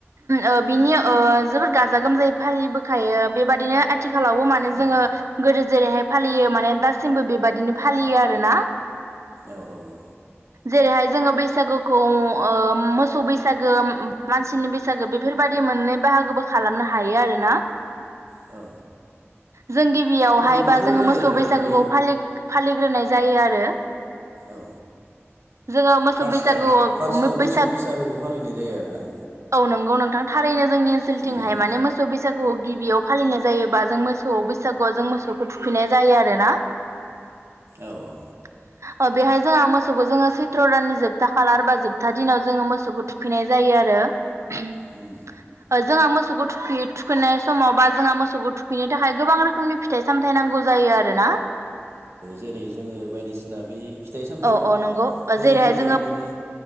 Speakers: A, on the right (about 80°); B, on the right (about 65°).
A: ओ बिनि ओ जोबोद गाजा गोमजायै फालिबोखायो बेबादिनो आ थिखालावबो माने
B: उम
A: जोङो गोदो जेरैहाय फालियो माने दासिमबो बेबादिनो फालियो आरोना।
B: औ औ।
A: जेरैहाय जोङो बैसागुखौ ओ मोसौ बैसागो मानसिनि बै सागो बेफोरबायदि मोननै बाहागोबो खालामनो हायो आरोना।
B: औ।
A: जों गिबियावहाय
B: ओरैनोथ'
A: बा जोङो मोसौ
B: नैबे
A: बैसागुखौ फालि फालिग्रोनाय जायो आरो।
B: औ
A: जोङो मोसौ
B: फार्स्टआव
A: बैसागुआव
B: फार्स्टआव
A: बैसाग
B: मोसौ बैसागुखौ फालिनाय जायो आरो ना।
A: औ नंगौ नोंथां थारैनो जोंनि ओनसोलथिंहाय
B: उम उम
A: माने मोसौ बैसागुखौ गिबियाव फालिनाय जायोबा जों मोसौ बैसागुआव जों मोसौखौ थुखैनाय जायो आरोना।
B: औ औ।
A: <unintelligible> औ बेहाय जोंहा मोसौखौ जोङो सैथ्र' दाननि जोबथा खालार बा जोबथा दिनाव जोङो मोसौखौ थुखैनाय जायो आरो। <unintelligible>
B: उम
A: जोंहा मोसौखौ थुखैयो थुखैयनाय समाव बा जोंहा मोसौ मोसौखौ थुखैनो थाखाय गोबां रोखोमनि फिथाइ सामथाय नांगौ जायो आरो ना।
B: जेरै जोङो बायदिसिना बि फिथाइ सामथायाइ
A: औ औ नंगौ
B: होयो
A: जेरैहाय
B: जेरै
A: जोङो
B: नोङो